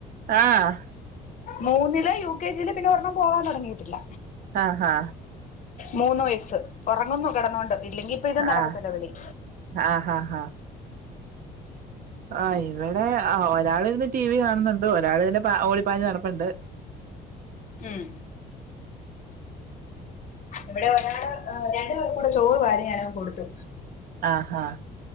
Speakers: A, on the right; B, on the left.
A: ആഹ്
B: മൂന്നില് യു കെ ജിയില് പിന്നെ ഒരെണ്ണം പോവാൻ തുടങ്ങിയിട്ടില്ല.
A: ആഹ് ഹാ
B: മൂന്ന് വയസ്സ് ഉറങ്ങുന്നു കിടന്നോണ്ട് ഇല്ലെങ്കി ഇപ്പൊ
A: ആഹ്
B: ഇതും നടക്കത്തില്ല വിളി
A: ആഹ് ആഹ് ആഹ് ആഹ് ഇവിടെ ഒരാളിരുന്ന് ടി വി കാണുന്നുണ്ട് ഒരാൾ ഇതിലെ പ ഓടിപ്പാഞ്ഞ് നടപ്പുണ്ട്.
B: മ്മ് ഇവിടെ ഒരാള് രണ്ടു പേർക്കൂടെ ചോറ് വാരി ഞാനങ്ങ് കൊടുത്തു.
A: ആഹാ